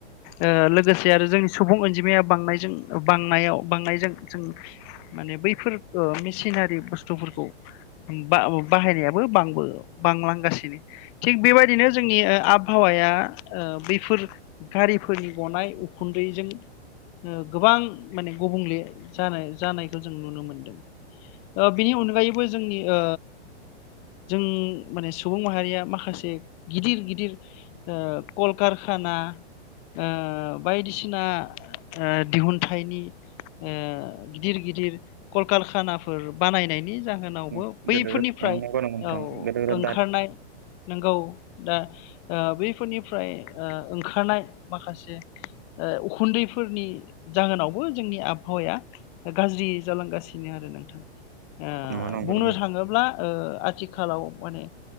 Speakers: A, on the left (about 20°); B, on the right (about 15°).
A: ओ लोगोसे आरो जोंनि सुबुं अनजिमाया बांनायजों बांनायाव बांनायजों जों माने बैफोर ओ मेसिनारि बुस्थुफोरखौ बा-बाहायनायाबो बांबो बांलांगासिनो । थिग बेबायदिनो जोंनि ओ आबहावाया ओ बैफोर गारिफोरनि गनाय उखुन्दैजों ओ गोबां माने गुबुंले जानाय जानायखौ जों नुनो मोनदों । ओ बिनि अनगायैबो जोंनि ओ जों माने सुबुं माहारिया माखासे गिदिर गिदिर ओ‌ कलकारखाना ओ‌ बायदिसिना ओ दिहुनथाइनि ओ गिदिर गि दिर कलकारखानाफोर बानायनायनि जाहोनावबो
B: अ
A: बैफोरनिफ्राय
B: दोदोदोद नंगौ नंगौ‌ नोंथां
A: औ
B: गोदोदो
A: ओंखारनाय नोंगौ दा ओ बैफोरनि फ्राय ओ ओंखारनाय माखासे ओ उखुन्दैफोरनि जाहोनावबो जोंनि आबहावाया गाज्रि जालांगासिनो आरो नोंथां ओ
B: नंगौ नंगौ
A: बुंनो
B: नंगौ
A: थाङोब्ला ओ‌ आथि खालाव माने